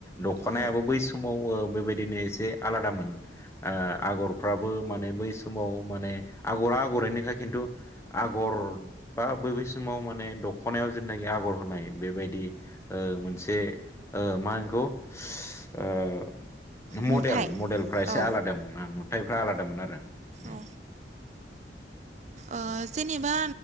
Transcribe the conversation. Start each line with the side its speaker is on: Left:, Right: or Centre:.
Left: दख'नायाबो
Right: औ
Left: बै समाव ओ बेबायदिनो एसे आलादामोन। ओ आगरफ्राबो माने बै समाव माने आगरा आगरैनो खा खिन्थु आगर बा बै बै समाव माने दखनायाव जेनाखि आगर होनाय बेबायदि ओ मोनसे ओ मा होनो बेखौ ओ मडेल
Right: नुथाय
Left: मडेलफ्रा एसे
Right: औ
Left: आलादामोन ना नुथायफ्रा आलादामोन आरो। <inaudible>
Right: औ ओ जेनेबा